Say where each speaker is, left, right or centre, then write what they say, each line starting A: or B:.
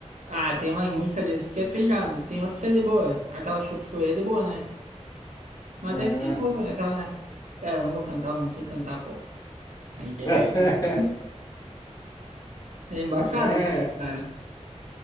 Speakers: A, on the right (about 80°); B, on the left (about 30°).
A: Ah, tem umas músicas deles que é pesado, tem outras que é de boa. Aquela Chop Suey é de boa, né? Mas
B: Ah.
A: até que tem um pouco, né? aquela... né? É, eu não vou cantar, eu não sei cantar, pô. Aí que é...
B: <laughs>
A: <laughs> É embaçado,
B: É,
A: como os cara.